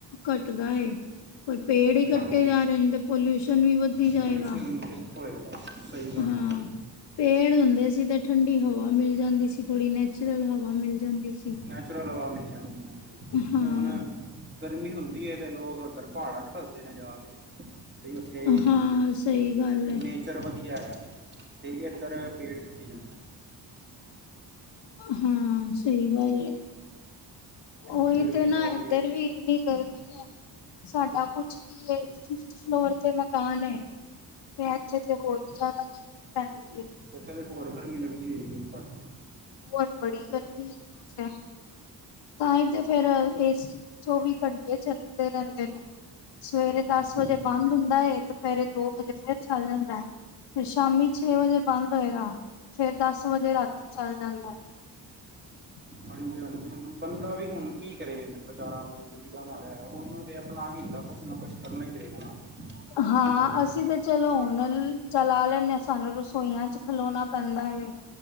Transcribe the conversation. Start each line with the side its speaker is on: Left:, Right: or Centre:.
Left: ਘੱਟਦਾ ਏ। ਪਰ ਪੇੜ ਹੀ ਕੱਟੇ
Right: ਹਾਂਜੀ
Left: ਜਾ ਰਹੇ ਨੇ, ਤੇ ਪੋਲਿਊਸ਼ਨ ਵੀ ਵੱਧਦੀ ਜਾਏਗਾ।
Right: ਪੋਲਿਊਸ਼ਨ ਹੋਏਗਾ ਸਹੀ ਗੱਲ
Left: ਹਾਂ
Right: ਨਹੀਂ।
Left: ਪੇੜ ਹੁੰਦੇ ਸੀ ਤੇ ਠੰਡੀ ਹਵਾ ਮਿਲ ਜਾਂਦੀ ਸੀ। ਥੋੜੀ ਨੈਚੁਰਲ ਹਵਾ ਮਿਲ ਜਾਂਦੀ ਸੀ।
Right: ਨੈਚੁਰਲ ਹਵਾ ਮਿਲ ਜਾਂਦੀ ਸੀ
Left: ਹਾਂ
Right: ਹੁਣ ਗਰਮੀ ਹੁੰਦੀ ਤੇ ਲੋਕ ਉੱਧਰ ਪਹਾੜਾਂ ਚ ਭਜਦੇ ਨੇ ਜਾ ਕੇ। ਤੇ ਉੱਥੇ
Left: ਹਾਂ ਸਹੀ ਗੱਲ ਹੈ
Right: ਨੇ ਚਲ ਵਧੀਆ ਹੈਗਾ, ਤੇ ਇੱਧਰ ਪੇੜ ਕੱਟੀ ਜਾਂਦਾ।
Left: ਹਾਂ ਸਹੀ ਏ ਉਹੀ
Right: ਕਿ ਗਰਮੀ
Left: ਤੇ ਨਾ
Right: ਪੈ ਰਹੀ
Left: ਇੱਧਰ
Right: ਹੈ
Left: ਵੀ ਇੰਨੀ ਗਰਮੀ ਹੈ ਸਾਡਾ ਕੁਛ ਕੀ ਏ ਫਿਫਥ ਫਲੋਰ ਤੇ ਮਕਾਨ ਏ। ਤੇ ਇੱਥੇ ਤੇ ਹੋਰ ਵੀ ਜ਼ਿਆਦਾ ਗਰਮੀ ਪੈਂਦੀ ਏ।
Right: ਉਥੇ ਤੇ ਹੋਰ ਗਰਮੀ ਲੱਗਦੀ ਹੋਏਗੀ ਉਪਰ।
Left: ਆਰੇ ਬੜੀ ਗਰਮੀ ਆ ਫ ਤਾਂਹੀ ਤੇ ਫੇਰ ਏਸੀ ਚੌਵੀ ਘੰਟੇ ਚੱਲਦੇ ਰਹਿੰਦੇ ਨੇ। ਸਵੇਰੇ
Right: ਉੱਪਰ
Left: ਦਸ ਵਜੇ ਬੰਦ ਹੁੰਦਾ ਏ, ਦੁਪਹਿਰੇ ਦੋ ਵਜੇ ਫੇਿਰ ਚੱਲ ਜਾਂਦਾ। ਫਿਰ ਸ਼ਾਮੀ ਛੇ ਵਜੇ ਬੰਦ ਹੋਏਗਾ ਫੇਰ ਦਸ ਵਜੇ ਰਾਤੀ ਚੱਲ ਜਾਂਦਾ। ਹ <inaudible>
Right: ਹਾਂਜੀ- ਹਾਂਜੀ।, ਹੁਣ ਬੰਦਾ ਵੀ ਹੁਣ ਕੀ ਕਰੇ ਵਿਚਾਰਾ ਮਜਬੂਰੀ ਦਾ ਮਾਰਿਆ ਉਹਨੂੰ ਤੇ ਆਪਣਾ ਹੀਲਾ, ਕੁਛ ਨਾ ਕੁਛ ਕਰਨਾ ਹੀ ਪਏ ਗਾ ਨਾ।
Left: ਹਾਂ
Right: ਉਹਨੂੰ
Left: ਅਸੀਂ ਤੇ ਚਲੋ ਹੁਣ ਚਲਾ ਲੈਂਨੇ ਹਾਂ, ਸਾਨੂੰ ਰਸੋਈਆਂ ਚ ਖਲੋਣਾ ਪੈਂਦਾ ਏ।